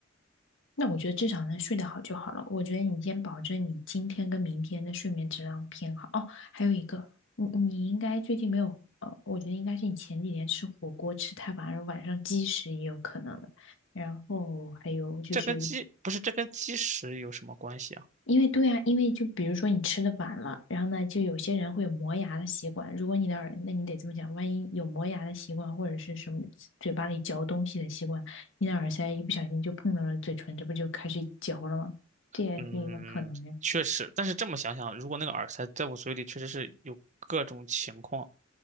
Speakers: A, on the left (about 65°); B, on the right (about 35°).
A: 那我觉得至少能睡得好就好了。我觉得你先保证你今天跟明天的睡眠质量偏好。哦，还有一个，你你应该最近没有，呃，我觉得应该是你前几天吃火锅吃太晚了，晚上积食也有可能的。然后还有就是，
B: 这跟基不是这跟基食有什么关系啊？
A: 因为对啊，因为就比如说你吃的晚了，然后呢，就有些人会有磨牙的习惯。如果你的耳，那你得这么讲，万一有磨牙的习惯，或者是什么嘴巴里嚼东西的习惯，你的耳塞一不小心就碰到了嘴唇，这不就开始嚼了吗？这也是一个可能呀，
B: 嗯，确实，但是这么想想，如果那个耳塞在我嘴里，确实是有各种情况。